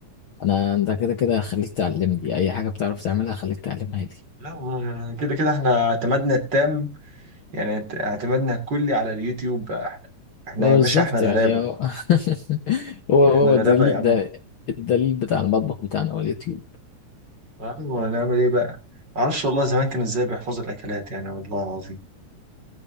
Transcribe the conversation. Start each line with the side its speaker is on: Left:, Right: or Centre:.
Left: انا انت كده كده هخليك تعلمني اي حاجه بتعرف تعملها هخليك تعلمها لي
Right: لا ما- كده كده احنا اعتمادنا التام يعني اعت- اعتمادنا الكلي على اليوتيوب بقى احنا احنا
Left: ما
Right: يا
Left: بالظبط
Right: باشا احنا غلابه
Left: يعني هو <laughs> هو
Right: احنا
Left: هو
Right: غلابه
Left: الدليل
Right: يا عم
Left: ده الدليل بتاع المطبخ بتاعنا هو اليوتيوب
Right: ايوه هنعمل ايه بقى ما اعرفش والله زمان كانوا ازاي بيحفظوا الاكلات يعني والله العظيم